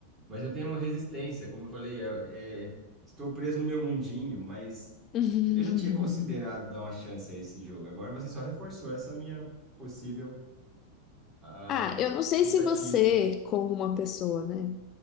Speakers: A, on the right; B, on the left.
A: mas eu tenho uma resistência, como eu falei, é- é- estou preso no meu mundinho, mas
B: <laughs>
A: eu já tinha considerado dar uma chance a esse jogo, agora você só reforçou essa minha possível Ah,
B: Ah, eu não sei
A: tentativa.
B: se você, como uma pessoa, né?